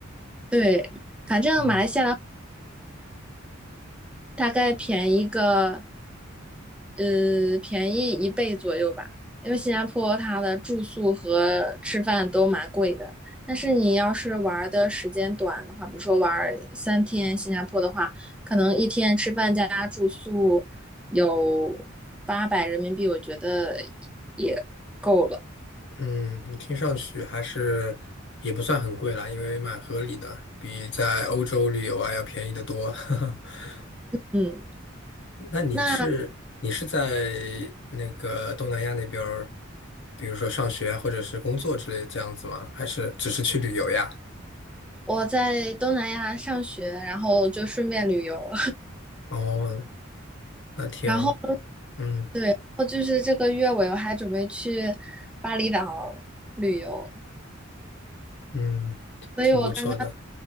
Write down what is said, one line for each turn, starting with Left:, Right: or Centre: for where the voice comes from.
Centre: 对，反正马来西亚的
Left: 嗯
Centre: 大概便宜个，呃，便宜一倍左右吧。因为新加坡它的住宿和吃饭都蛮贵的，但是你要是玩的时间短的话，比如说玩三天新加坡的话，可能一天吃饭加住宿有八百人民币，我觉得也够了。
Left: 嗯，你听上去还是也不算很贵啦，因为蛮合理的，比在欧洲旅游啊要便宜得多。<laughs>
Centre: 嗯，
Left: 那你是你是在
Centre: 那
Left: 那个东南亚那边儿，比如说上学啊或者是工作之类这样子吗？还是只是去旅游呀？
Centre: 我在东南亚上学，然后就顺便旅游，
Left: 哦，那挺，
Centre: <laughs> 然后。
Left: 嗯。
Centre: 对，然后就是这个月尾我还准备去巴厘岛旅游，
Left: 嗯，
Centre: 所以我刚刚
Left: 挺不错的。